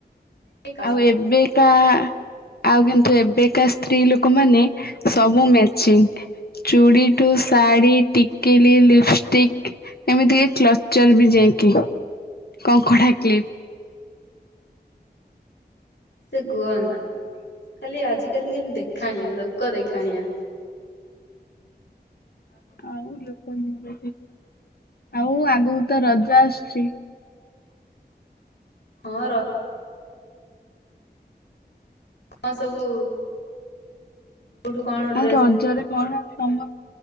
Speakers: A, on the left; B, on the left.
A: କାମ
B: ଆଉ ଏବେକା ଆଉ କିନ୍ତୁ ଏବେକା ସ୍ତ୍ରୀ ଲୋକମାନେ ସବୁ ମ୍ୟାଚିଂ। ଚୁଡି ଠୁ ଶାଢି, ଟିକିଲି, ଲିପଷ୍ଟିକ୍ ଏମିତି କି କ୍ଲଚର୍ ବି ଯାଇକି କଙ୍କଡା କ୍ଲିପ୍।
A: ସେ କୁହ ନା ଖାଲି ଆଜିିକାଲି ଖାଲି ଦେଖାଣିଆ ଲୋକ ଦେଖାଣିଆ।
B: ଆଉ ଲୋକମାନେ ବେଶୀ <unintelligible> ଆଉ ଆଗକୁ ତ ରଜ ଆସୁଚି।
A: ହଁ ର ହଁ ସବୁ କୋଉଠୁ କଣ ଟେ
B: ଆଉ ରଜରେ କଣ ତମ